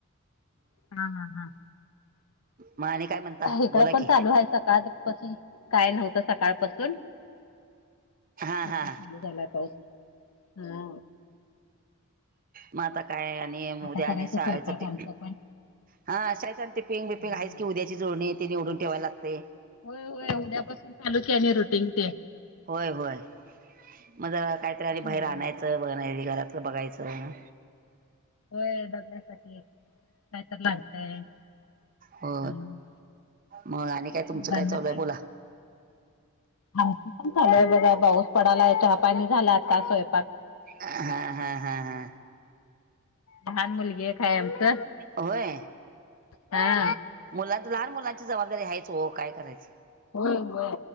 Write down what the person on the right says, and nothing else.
म आणि काय म्हणता
बोला
की
हा
हा
म आता काय आणि उद्या
आणि शाळेसाठी
हा शाळेत आणि ते पिंग बिपिंग
आहेच की उद्याची जुडणी तेनी निवडून ठेवाय लागते.
होय होय मग जरा काहीतरी आणि
बाहेर आणायचं बघ घरातलं बघायचं
हो
मग आणि काय तुमचं
काय चालूय बोला.
हा हा हा हा.
होय
मुलांच लहान मुलांची जबाबदारी हा येच ओ काय करायचं.